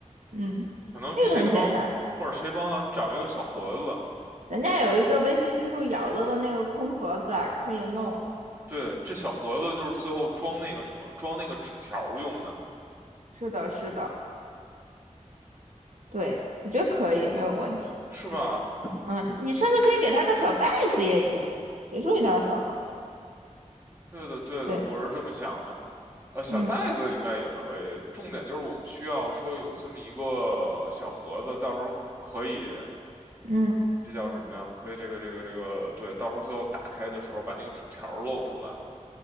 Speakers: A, on the right; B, on the right.
A: 嗯，
B: 可能谁给帮或者谁帮咱们找一个小盒子，
A: 那个很简单。咱家有一个被新蜘蛛咬了的那个空盒子啊，可以弄。
B: 对，这小盒子就是最后装那个什么，装那个纸条儿用的，
A: 是的，是的，对，我觉得可以，没有问题。
B: 是吧？
A: 嗯，你甚至可以给他个小袋子也行啊，谁说一定要小盒子？
B: 对的，对的，
A: 对，
B: 我是这么想的。呃，小袋子应该也可以。
A: 嗯
B: 重点就是我们需要说有这么一个小盒子，到时候可以，
A: 嗯
B: 这叫什么呀？可以这个这个这个，对，到时候最后打开的时候把那个纸条儿露出来。